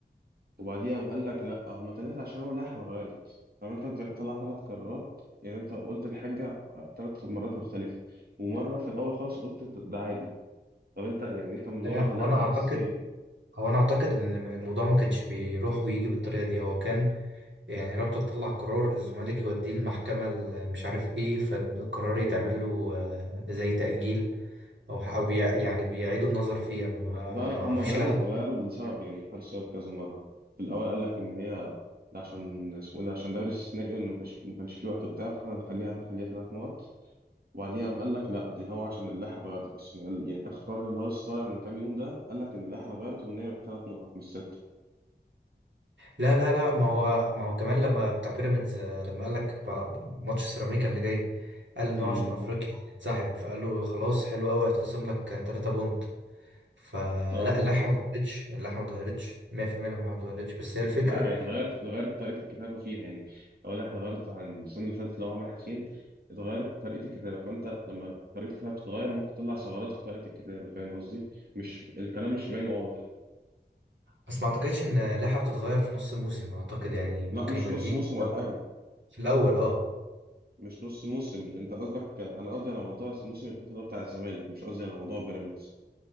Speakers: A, on the right; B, on the right.
A: وبعديها قام قال لك لا هما ثلاثة عشان انا رايح اتغيرت طب انت طلع ثلاث قرارات يعني انت قلت الحاجة ثلاث مرات مختلفة ومرة في الاول خالص قلت ت- ده عادي طب انت يعني انت مظبط
B: لا هو
A: اللائحة
B: انا اعتقد
A: على اساس ايه
B: هو انا اعتقد ان الم- الموضوع ما كانش بيروح ويجي بالطريقة دي هو كان يعني رابطة تطلع قرار الزمالك يوديه المحكمة ال- مش عارف ايه فالقرار يتعمل له آه، زي تأجيل او او بي يعني بيعيدوا النظر فيه اما ما
A: لا لا
B: ما
A: هما
B: فيش
A: غيروا
B: لها
A: غيروا السبب يعني غيروا السبب كذا مرة في الاول قال لك ان هي ده عشان اسمه إيه ده عشان دوري استثنائي وان ما كانش ما كانش في وقت بتاع فاحنا هنخليها خليها ثلاث نقط وبعديها قام قال لك لا دي هو عشان اللائحه اتغيرت اصلا قال- يعني اخر قرار اللي هو لسه طالع من كام يوم ده قال لك ان اللائحه اتغيرت وان هي بقى ثلاث نقط مش ست
B: لا لا لا ما هو ما هو كمان لما بتاع بيراميدز آه، لما قال لك بتاع ماتش سيراميكا اللي جاي قال ان هو
A: امم
B: عشان افريقيا هينسحب فقال له خلاص حلو قوي هيتخصم لك 3 بونت فلا
A: اه
B: اللائحة ما اتغيرتش اللائحة ما اتغيرتش 100% اللائحة ما اتغيرتش بس هي الفكرة
A: لا هي اتغيرت اتغيرت طريقة الكتابة فيها يعني أول واحد اتغيرت عن السنة اللي فاتت اللي هو عمر حسين اتغيرت طريقة الكتابة فأنت لما طريقة الكتابة بتتغير ممكن تطلع ثغرات في طريقة الكتابة فاهم قصدي؟ مش الكلام مش باين واضح
B: بس ما اعتقدش ان لائحة بتتغير في نص موسم اعتقد يعني ممكن
A: لا مش
B: يبقى
A: نص
B: دي
A: موسم ولا
B: لو
A: حاجة
B: في الاول اه
A: مش نص موسم أنت قصدك أنا قصدي على موضوع الموسم اللي فات اللي هو بتاع الزمالك مش قصدي على موضوع بيراميدز